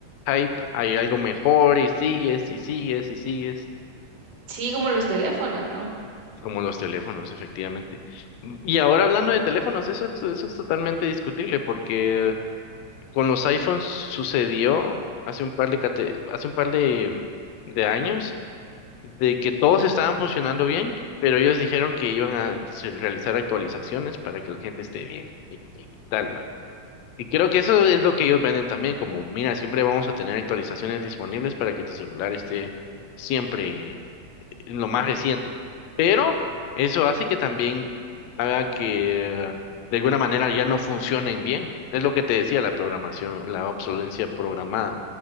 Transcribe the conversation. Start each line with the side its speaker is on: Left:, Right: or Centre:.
Left: hype, hay algo mejor y sigues y sigues y sigues,
Right: Sí, como los teléfonos, ¿no?
Left: como los teléfonos, efectivamente. M- Y ahora hablando de teléfonos, eso, es- eso es totalmente discutible porque con los iPhones sucedió hace un par de, cate- hace un par de, de años de que todos estaban funcionando bien, pero ellos dijeron que iban a se- realizar actualizaciones para que la gente esté bien y, y- tal, va. Y creo que eso es lo que ellos venden también, como, mira, siempre vamos a tener actualizaciones disponibles para que tu celular esté siempre en lo más reciente. Pero eso hace que también haga que de alguna manera ya no funcionen bien. Es lo que te decía la programación, la obsolencia programada.